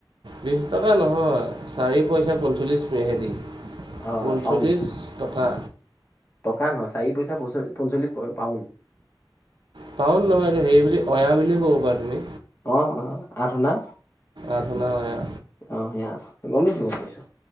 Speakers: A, on the right; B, on the left.
A: বিছ টকা নহয় চাৰি পইচা-পঞ্চল্লিছ মেহেদি।
B: অ
A: পঞ্চল্লিছ
B: পাউণ্ড
A: টকা।
B: টকা নহয় চাৰি পইচা-পঞ্চল্লিছ পাওন।
A: পাওন নহয় দেই সেৰি বুলি অয়া বুলিও ক'ব পাৰা তুমি।
B: অ অ আঠনা
A: আধনা অয়া
B: অ সেয়া গমপাইছো গম পাইছো।